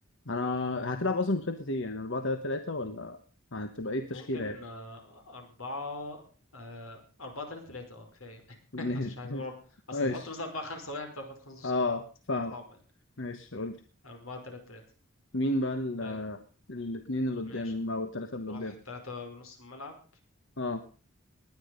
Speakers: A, on the left; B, on the left.
A: أنا هتلعب أصلا بخطة إيه يعني 4 3 3 ولا هتبقى إيه التشكيلة
B: ممكن
A: يعني؟
B: آه، أربعة آه، أربعة تلاتة تلاتة اه كفاية <laughs>
A: <laughs>
B: أصل مش عايز أقول أصل
A: ماشي
B: تحط مثلا أربعة خمسة واحد أنت هتحط خمسة نص
A: أه
B: الملعب
A: فاهم
B: صعب يعني
A: ماشي قلت
B: أربعة تلاتة تلاتة
A: مين بقى ال...
B: طيب
A: آه، الاتنين اللي قدام
B: ماشي
A: أو التلاتة
B: نروح
A: اللي قدام
B: تلاتة بنص الملعب
A: أه